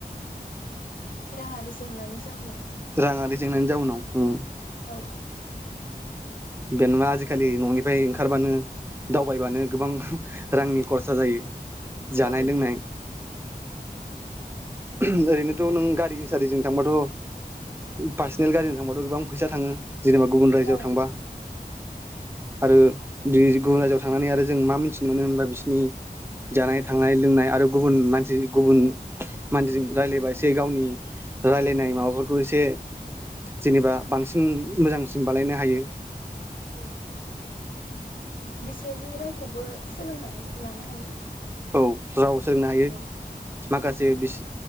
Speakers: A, on the left (about 65°); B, on the right (about 15°).
A: रांङारि जेंनानि जाउनाव
B: रांङारि जेंनानि जाउनाव उम
A: औ
B: बेेनोबा नंङा आजिखालि ननिफ्राय ओंखारबानो दावबायबानो गोबां रांनि खरसा जायो जानाय
A: औ
B: लोंनाय ओहोम ओरैनोथ नों गारि सारिजों थांबाथ पार्सनेल गारिजों थांबाथ गोबां फैसा थांङो जेनेबा गुबुन रायजोआव
A: औ
B: थांबा आरो बि गुबुन रायजोआव थांनानै आरो जों मा मिथिनो मोनो होनबा बिसोरनि जानाय थांनाय लोंनाय आरो गुबुन मान जि गुबुन
A: औ
B: जों रायलायबा एसे गावनि रायलायनाय माबाफोरखौ एसे जेनेबा बांसिन मोजांसिन बालायनो हायो
A: औ बिसोरनि राव खौबो सोलोंनानै लानो हायो
B: औ राव सोलोंनो हायो
A: औ
B: माखासे बिसि